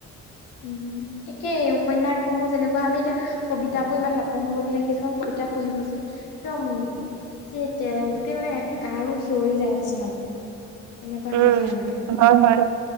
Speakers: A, on the left (about 80°); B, on the right (about 70°).
A: উম, একেই উপন্যাস সমূহ যেনেকুৱা আমি এতিয়া কবিতাবোৰ ইমান নপঢ়ো বুলিহে, কিছুমান কবিতা পঢ়িবচোন। একদম, তিতে, গোটেই মানে গাৰ নোম সিঞৰি যায় কিছুমান। এনেকুৱা
B: উম
A: হৈ যায় মানে।
B: হয়, হয়,